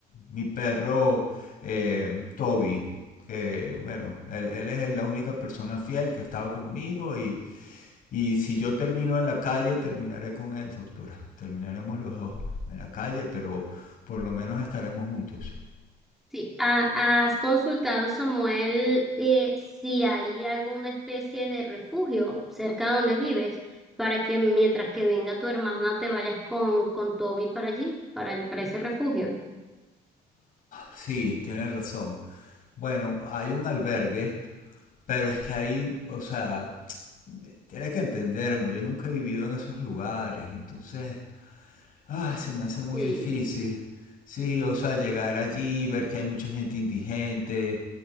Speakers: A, on the left; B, in the centre.
A: mi perro eh, Toby, que bueno, él, él es la única persona fiel que ha estado conmigo y y si yo termino en la calle, terminaré con él, doctora. Terminaremos los dos en la calle, pero por lo menos estaremos juntos.
B: Sí, ¿ha- ¿has consultado, Samuel, eh, si hay alguna especie de refugio cerca donde vives para que mientras que venga tu hermana te vayas con, con Toby para allí, para, para ese refugio?
A: Sí, tienes razón. Bueno, hay un albergue, pero es que ahí, o sea, tienes que entenderme, yo nunca he vivido en esos lugares, entonces Ay, se me hace
B: Sí,
A: muy difícil. Sí, o sea, llegar allí, ver que hay mucha gente indigente.